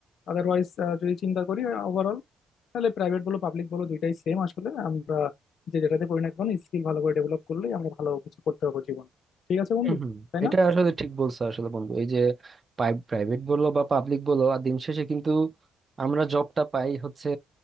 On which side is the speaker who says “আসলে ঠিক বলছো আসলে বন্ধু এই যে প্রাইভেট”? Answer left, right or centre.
Right